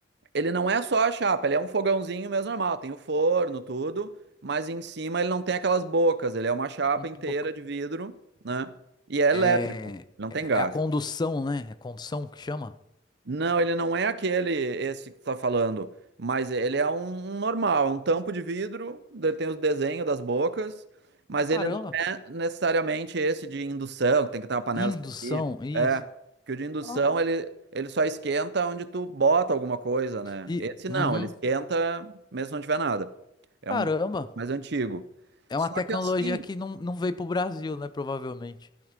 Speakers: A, on the right (about 65°); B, on the left (about 25°).
A: ele não é só a chapa, ele é um fogãozinho mesmo normal. Tem o forno, tudo, mas em cima ele não tem aquelas bocas. Ele é uma chapa
B: Muito
A: inteira
B: bom.
A: de vidro, né? E é É. elétrico,
B: É,
A: não
B: é
A: tem gás.
B: é a condução, né? É condução que chama?
A: Não, ele não é aquele, esse que tu tá falando, mas ele é um, um normal, é um tampo de vidro, ele tem o desenho das bocas, mas
B: Caramba.
A: ele não é necessariamente esse de indução, que tem que ter uma panela
B: Indução,
A: específica.
B: isso.
A: É, que o de indução
B: Ó.
A: ele, ele só esquenta onde tu bota alguma coisa, né?
B: E,
A: Esse não,
B: uhum.
A: ele esquenta mesmo se não tiver nada. É
B: Caramba.
A: um mais antigo.
B: É
A: Só
B: uma tecnologia
A: que assim,
B: que não, não veio pro Brasil, né? Provavelmente.